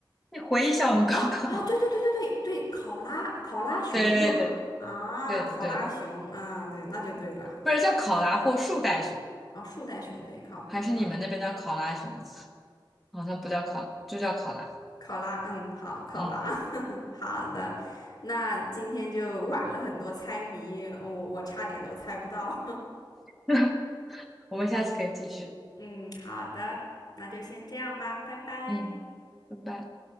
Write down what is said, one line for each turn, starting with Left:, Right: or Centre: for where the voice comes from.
Centre: 你回忆一下我们刚刚的，
Left: 啊啊，对对对对对对，
Centre: <laughs>
Left: 考拉考拉熊对吗？
Centre: 对对对，
Left: 啊，
Centre: 对的对的，
Left: 考拉熊啊，对，那就对了。
Centre: 不是叫考拉或树袋熊，
Left: 啊，树袋熊对，考考拉
Centre: 还是你们那边叫考拉熊？好像不叫考，就叫考拉。
Left: 考拉，嗯，好，考拉，
Centre: 嗯，
Left: <laughs> 好的。那今天就玩了很多猜谜，我我差点都猜不到。
Centre: <laughs> 我们下次可以继续。
Left: <laughs> 嗯，好的，那就先这样吧，拜拜。
Centre: 嗯，拜拜。